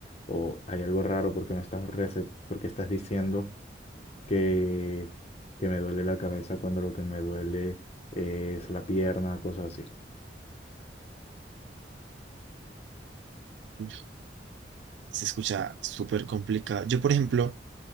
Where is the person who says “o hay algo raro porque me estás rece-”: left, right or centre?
Left